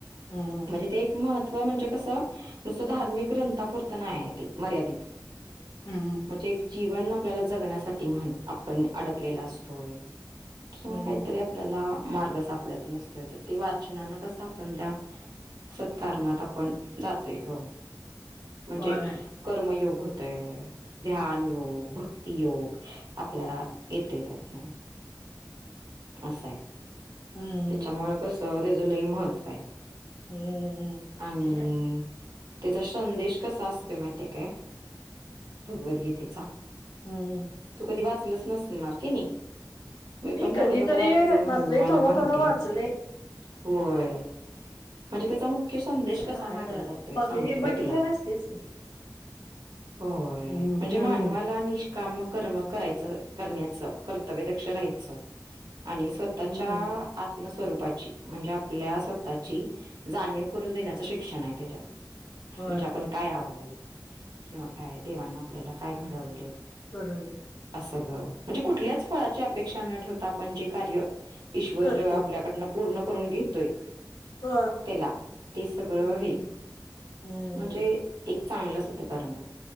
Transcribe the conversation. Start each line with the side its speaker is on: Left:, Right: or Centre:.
Left: हम्म.
Right: म्हणजे ते एक मह म्हणजे कसं नुसतं धार्मिक ग्रंथपूरत नाही आहे ते मर्यादित
Left: हम्म.
Right: म्हणजे एक जीवन आपल्याला जगण्यासाठी म्हण आपण अडकलेला असतोय किंवा
Left: हम्म.
Right: काहीतरी आपल्याला मार्ग सापडत नसतोय तर ते वाचनान कसं आपण त्या सत्कारमात आपण जातोय ग म्हणजे
Left: होय.
Right: कर्मयोग होत ध्यान योग भक्तियोग आपल्याला येते त्यातन असे त्याच्यामुळे
Left: हम्म.
Right: कस त्याच लय महत्व आहे
Left: हम्मम्
Right: आणि
Left: ठीक आहे
Right: त्याचा संदेश कसा असतो माहिती काय भगवद्गीतेचा
Left: हम्म
Right: तू कधी वाच नसणार की नाही मी पण
Left: कधीतरी
Right: थोडं थोडं वाचले म्हणून मला
Left: थोडं
Right: माहिती
Left: थोडं वाचले
Right: आहे होय म्हणजे त्याचा मुख मु्य संदेश
Left: त्याला
Right: कसा
Left: हाय
Right: मानला
Left: जरा
Right: जातोय
Left: बघ
Right: सांगतो काय
Left: बघितलेलं
Right: तुला.
Left: असतेच की
Right: होय
Left: हम्म
Right: म्हणजे
Left: हम्म
Right: मानवाला निष्काम कर्म करायच. करण्याच कर्तव्य दक्ष राहायचं आणि स्वतःच्या
Left: हम्म
Right: आत्मस्वरूप म्हणजे आपल्या स्वतःची जाणीव करून देण्याच शिक्षण आहे त्याच्यात म्हणजे
Left: होय
Right: आपण काय आहोत किंवा काय देव आपल्या काय घडव.
Left: घडवले
Right: सगळं म्हणजे कुठल्याच फळाची अपेक्षा न ठेवता आपण जे कार्य ईश्वर
Left: करते
Right: आपल्याकडनं पूर्ण करून घेतोय.
Left: हो
Right: त्याला ते सगळं
Left: हम्म
Right: हे
Left: हम्म
Right: म्हणजे एक चांगलं सत्कर्म